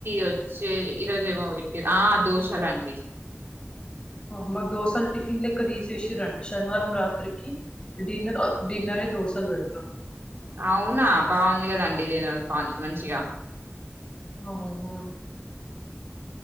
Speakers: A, on the right (about 60°); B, on the left (about 25°).
A: వచ్చి ఈరోజు ఏమో పెట్టారు ఆ దోషలండి
B: మా మాకు దోశలు టిఫిన్ లెక్క తీసేసి రండి శనివారం రాత్రికి డిన్నర్ డిన్నరే దోశలు పెడతా
A: అవునా బాగుందిగా అండి ఇది స్వా మనిషిగా
B: అవును